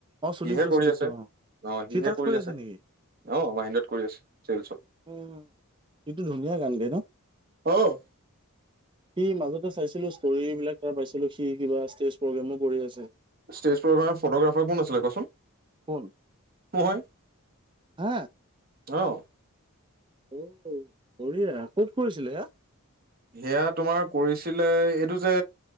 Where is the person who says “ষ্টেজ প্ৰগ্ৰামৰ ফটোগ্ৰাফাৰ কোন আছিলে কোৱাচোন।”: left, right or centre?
Right